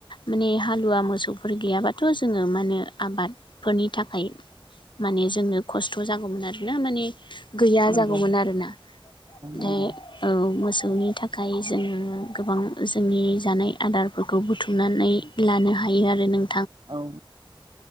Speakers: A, on the left; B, on the right.
A: माने हालुवा मोसौफोर गैयाबाथ' जोङो मा होने आबादफोरनि थाखाय माने जोंनो खस्थ' जागौमोन आरोना माने गैया
B: नंगौ
A: जागौमोन
B: औ
A: आरोना
B: नंगौ
A: ओमफ्राय मोसौ ननि थाखाय जोङो गोबां जोंनि जानाय आदारफोरखौ बुथुमनानै लानो हायोना हायो आरो नों
B: औ